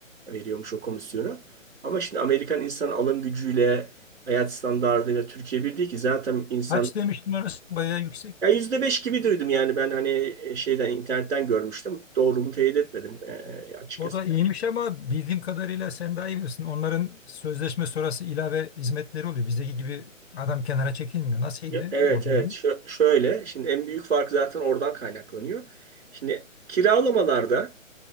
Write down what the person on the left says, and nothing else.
Kaç demiştin orası bayağı yüksek.
O da iyiymiş ama bildiğim kadarıyla sen daha iyi bilirsin. Onların sözleşme sonrası ilave hizmetleri oluyor. Bizdeki gibi adam kenara çekilmiyor. Nasılydı
orada
durum?